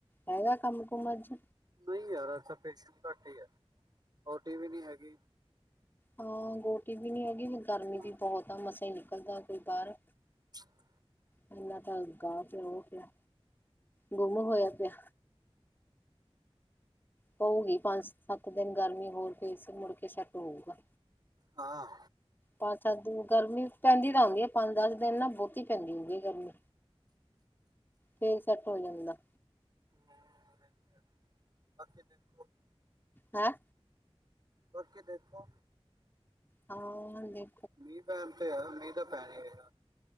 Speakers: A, on the left; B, on the right.
A: ਹੈਗਾ ਕੰਮ ਕੁਮ ਅੱਜ?
B: ਨਹੀਂ ਯਾਰ ਇਥ ਪੇਸ਼ਨਟ ਘੱਟ ਹੀ ਹੈ ਓ ਟੀ ਵੀ ਨਹੀਂ ਹੈਗੀ
A: ਹਾਂ ਓ ਟੀ ਵੀ ਨੀ ਹੈਗੀ ਵੀ ਗਰਮੀ
B: ਹਾਂ
A: ਵੀ ਬਹੁਤ ਆ ਮਸਾਂ ਹੀ ਨਿਕਲਦਾ ਕੋਈ ਬਾਹਰ।
B: <inaudible>
A: ਇਨਾ ਤਾਂ <unintelligible> ਪਿਆ ਉਹ ਪਿਆ ਗੁੰਮ ਹੋਇਆ ਪਿਆ। ਪਊਗੀ ਪੰਜ ਸੱਤ ਦਿਨ ਗਰਮੀ ਹੋਰ ਫਿਰ ਮੁੜਕੇ ਸੈੱਟ ਹੋਊਗਾ।
B: ਹਾਂ।
A: ਪੰਜ ਸੱਤ ਦਿਨ, ਗਰਮੀ ਪੈਂਦੀ ਤਾਂ ਹੁੰਦੀ ਹੈ। ਪੰਜ ਦਸ ਦਿਨ ਨਾ, ਬਹੁਤੀ ਪੈਂਦੀ ਹੁੰਦੀ ਹੈ ਗਰਮੀ। ਫੇਰ ਸੈਟ ਹੋ ਜਾਂਦਾ।
B: ਹਮ ਵੀ ਬਾਕੀ ਦੇਖੋ <unintelligible>
A: ਹੈਂ?
B: ਬਾਕੀ ਦੇਖੋ।
A: ਹਾਂ ਹਾਂਜੀ।
B: ਮੀਂਹ ਪੈਣ ਤੇ ਹੈ, ਮੀਂਹ ਤਾਂ ਪੈ ਹੀ ਨਹੀ ਰਿਹਾ?